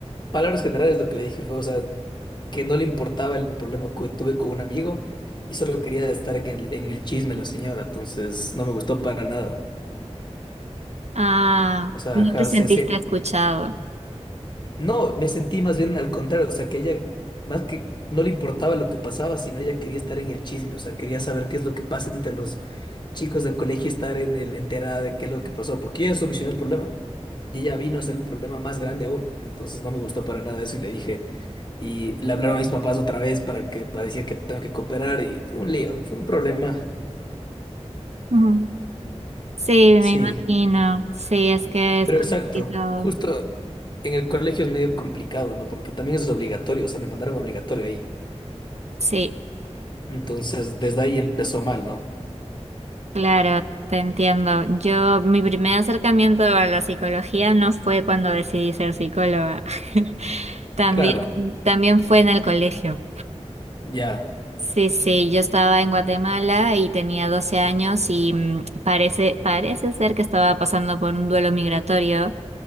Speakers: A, on the left; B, on the right.
A: palabras generales lo que le dije fue, o sea, que no le importaba el problema que tuve con un amigo y solo quería estar en el, en el chisme la señora, entonces no me gustó para nada.
B: ah,
A: O sea,
B: no
A: ajá,
B: te sentiste
A: se, se
B: escuchado.
A: No, me sentí más bien al contrario, o sea, que ella más que no le importaba lo que pasaba, sino ella quería estar en el chisme, o sea, quería saber qué es lo que pasa entre los chicos del colegio, estar en el enterada de qué es lo que pasó, porque ella solucionó el problema. Y ella vino a ser el problema más grande aún, entonces no me gustó para nada eso y le dije, y le hablaron a mis papás otra vez para que para decir que tengo que cooperar y fue un lío, fue un problema.
B: Ujú. Sí,
A: Sí,
B: me imagino. Sí, es que es
A: pero
B: complicado.
A: exacto, justo en el colegio es medio complicado, ¿no? Porque también es obligatorio, o sea, me mandaron obligatorio ahí.
B: Sí,
A: Entonces, desde ahí empezó mal, ¿no?
B: claro, te entiendo. Yo, mi primer acercamiento a la psicología no fue cuando decidí ser psicóloga. <laughs> También,
A: Claro,
B: también fue en el colegio.
A: ya,
B: Sí, sí, yo estaba en Guatemala y tenía 12 años y mm, parece, parece ser que estaba pasando por un duelo migratorio